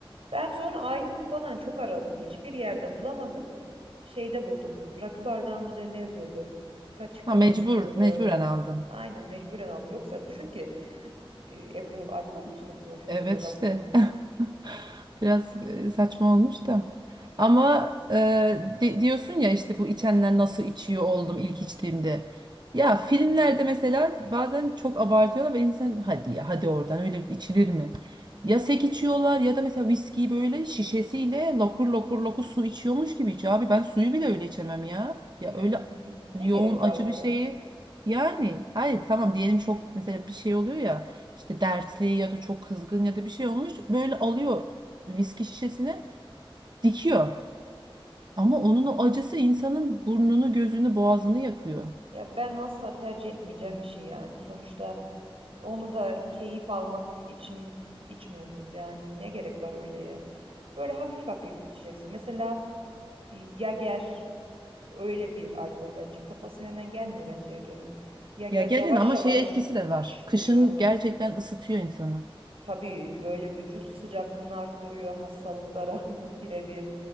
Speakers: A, on the right (about 85°); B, on the right (about 50°).
A: Ben sonra aynı kupadan çok aradım. Hiçbir yerde bulamadım. Şeyde buldum. Rakı bardağının üzerinde yazıyordu. Kaç kadeh
B: Ha mecbur
A: kırıldı.
B: mecburen aldın.
A: Aynen mecburen aldım. Yoksa düşün ki e, Ebru alkol mü tüketiyor hele
B: Evet
A: de rakıyı?
B: işte. <laughs> <laughs> Biraz e, saçma olmuş da. Ama e, di- diyorsun ya işte bu içenler nasıl içiyor oldum ilk içtiğimde. Ya filmlerde
A: Hı hı.
B: mesela bazen çok abartıyorlar ve insan hadi ya hadi oradan öyle içilir mi? Ya sek içiyorlar ya da mesela viskiyi böyle şişesiyle lokur lokur lokur su içiyormuş gibi içiyor. Abi ben suyu bile öyle içemem ya. Ya
A: O mümkün
B: öyle
A: değil. Ne
B: yoğun
A: gerek var
B: acı
A: bir
B: bir şeyi
A: de?
B: yani hayır tamam diyelim çok mesela bir şey oluyor ya. İşte dertli ya da çok kızgın ya da bir şey olmuş böyle alıyor viski şişesini dikiyor. Ama onun o acısı insanın burnunu, gözünü, boğazını yakıyor.
A: Ya ben asla tercih etmeyeceğim bir şey yani. Sonuçta Onu da keyif almak için içmiyor muyuz? Yani ne gerek var öyleye? Böyle hafif hafif içeceksin. Mesela e, Yager öyle bir alkol bence. Kafası hemen gelmiyor bence Yager'in. Yager
B: Ya gelin
A: yavaş
B: ama
A: yavaş
B: şey etkisi de var.
A: işliyor.
B: Kışın gerçekten ısıtıyor insanı.
A: Tabii böyle vücut sıcaklığını arttırıyor hastalıklara <laughs> birebir.